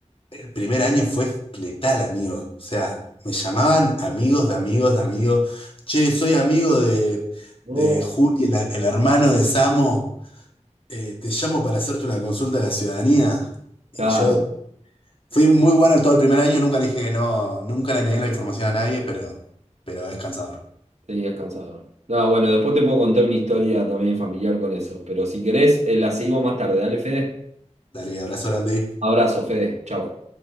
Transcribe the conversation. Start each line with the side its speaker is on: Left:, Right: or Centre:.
Left: el primer año fue letal, amigo. O sea, me llamaban amigos de amigos de amigos. Che, soy amigo de,
Right: No,
Left: de Juli, el, el hermano de Samo. Eh, te llamo para hacerte una consulta de la ciudadanía. Y
Right: claro,
Left: yo fui muy bueno todo el primer año, nunca le dije que no, nunca le negué la información a nadie, pero, pero es cansador.
Right: sí, es cansador. No, bueno, después te puedo contar una historia también familiar con eso, pero si querés, eh, la seguimos más tarde. Dale, Fede.
Left: Dale, abrazo grande.
Right: Abrazo, Fede. Chau.